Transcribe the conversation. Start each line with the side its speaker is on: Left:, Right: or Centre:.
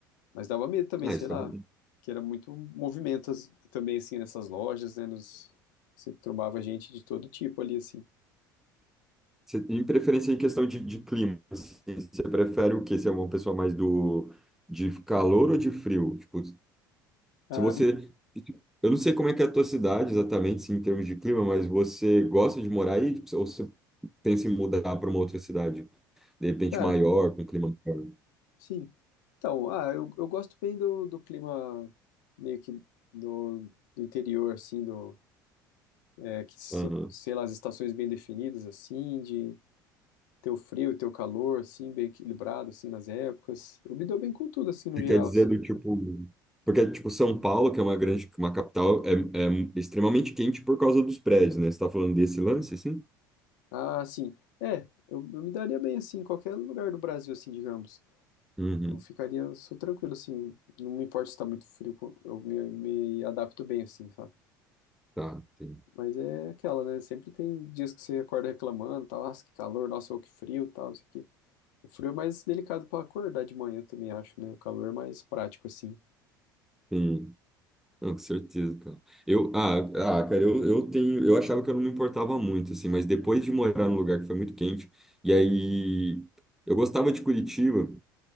Left: Mas dava medo também,
Centre: Ah,
Left: sei
Centre: isso
Left: lá,
Centre: é maneiro.
Left: que era muito movimento as- também, assim, nessas lojas, né? Nos, você trombava gente de todo tipo ali, assim.
Centre: Você, em preferência em questão de, de clima, assim, você prefere o quê? Você é uma pessoa mais do de calor ou de frio? Tipo,
Left: Ah,
Centre: se você,
Left: e,
Centre: eu não sei como é que é a tua cidade exatamente, assim, em termos de clima, mas você gosta de morar aí Tipo, ou você pensa em mudar para uma outra cidade, de repente
Left: cara,
Centre: maior, com clima maior?
Left: sim. Então, ah, eu, eu gosto bem do, do clima meio que do, do interior, assim, do, é, que, so-
Centre: Aham.
Left: sei lá, as estações bem definidas, assim, de ter o frio e ter o calor, assim, bem equilibrado, assim, nas épocas. Eu me dou bem com tudo, assim, no
Centre: Você
Left: geral,
Centre: quer dizer
Left: assim.
Centre: do tipo, porque tipo São Paulo, que é uma grande, uma capital, é, é extremamente quente por causa dos prédios, né? Você está falando desse lance, assim?
Left: Ah, sim. É, eu, eu me daria bem assim, em qualquer lugar do Brasil, assim, digamos.
Centre: Uhum.
Left: Eu ficaria, eu sou tranquilo, assim. Não me importa se tá muito frio, co- eu me, me adapto bem, assim, sabe?
Centre: Tá. Sim.
Left: Mas é aquela, né? Sempre tem dias que você acorda reclamando, tal, nossa, que calor, nossa, ô, que frio, tal, não sei o quê. O frio é mais delicado pra acordar de manhã também, acho, né? O calor é mais prático, assim.
Centre: Sim. Não, com certeza, cara. Eu, ah, ah, cara, eu, eu tenho, eu achava que eu não me importava muito, assim, mas depois de morar num lugar que foi muito quente, e aí eu gostava de Curitiba,